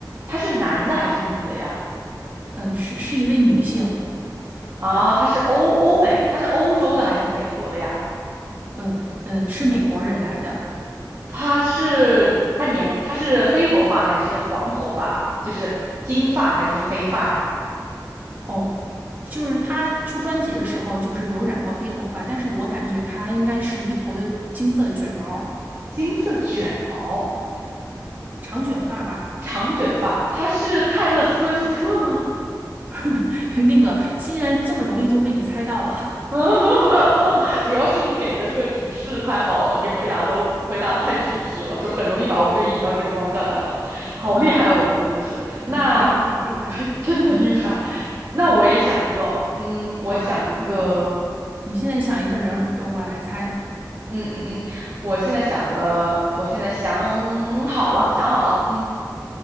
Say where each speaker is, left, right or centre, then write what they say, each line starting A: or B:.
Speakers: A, on the right; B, on the right.
A: 他是男的还是女的呀？
B: 嗯、是是一位女性，
A: 啊，他是欧欧美，他是欧洲的还是美国的呀？
B: 嗯、嗯、是美国人来的。
A: 他是他年他是黑头发还是黄头发？就是金发还是黑发呀？
B: 哦，就是他出专辑的时候，就是有染过黑头发，但是我感觉他应该是一头的金色的卷毛儿
A: 金色卷毛，
B: 长卷发吧。
A: 长卷发，他是泰勒·斯威夫特吗？
B: <laughs> 那个竟然这么容易就被你猜到了，
A: <laughs> 主要是你给的这个提示太好了，你回答的回答的太具体了，就很容易把我就引到这个方向来了，
B: <laughs> 嗯
A: 好厉害啊，
B: 嗯
A: 我们真的是，
B: 嗯，
A: 那
B: 好厉害，好厉害，
A: <laughs> 真的厉害。
B: 嗯
A: 那我也想一个，
B: 嗯，
A: 嗯，我想一个，
B: 好的，你你现在想一个人，呃，我来猜。
A: 嗯嗯嗯，我现在想的，我现在想好了，想好了，嗯，